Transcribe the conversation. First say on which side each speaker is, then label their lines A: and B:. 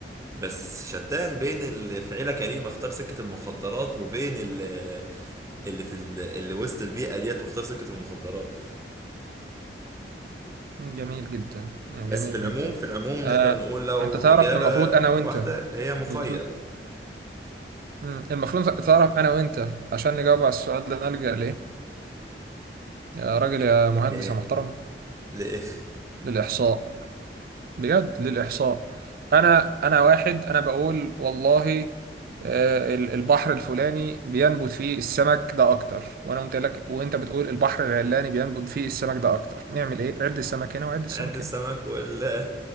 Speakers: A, on the right; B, on the right.
A: بس شتان بين اللي في عيلة كريمة اختار سكة المخدرات وبين اللي, اللي في ال- اللي وسط البيئة ديت واختار سكة المخدرات
B: مم، جميل جدا مم،
A: بس
B: جميل
A: في العموم
B: جدا
A: في العموم
B: آه،
A: نقدر نقول لو
B: انت تعرف
A: إجابة
B: المفروض انا وانت
A: واحدة هي مخير
B: المفروض مم، المفروض تعرف انا وانت عشان نجاوب على السؤال ده نلجأ ليه يا راجل يا مهندس
A: ليه؟
B: يا محترم
A: ليه؟
B: للإحصاء بجد للإحصاء أنا أنا واحد أنا بقول والله آه، ال- البحر الفلاني بينبت فيه السمك ده أكتر وأنا قلت لك وأنت بتقول البحر العلاني بينبت فيه السمك ده أكتر نعمل إيه؟ عد السمك هنا وعد السمك
A: عد السمك
B: هنا
A: ولا